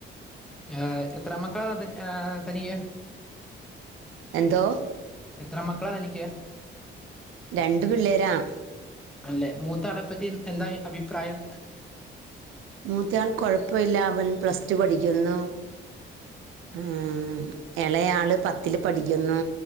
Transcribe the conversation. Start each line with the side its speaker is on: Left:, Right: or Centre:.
Centre: ഏ എത്ര മക്കളാ ത ഏഹ് തനിക്ക്
Right: എന്തോ
Centre: എത്ര മക്കളാ തനിക്ക്
Right: രണ്ട് പിള്ളേരാ
Centre: അല്ലെ മൂത്താളെപ്പറ്റി എന്താ അഭിപ്രായം
Right: മൂത്തയാൾ കൊഴപ്പവില്ല അവൻ പ്ലസ് ടു പഠിക്കുന്നു ഉം എളേയാള് പത്തില് പഠിക്കുന്നു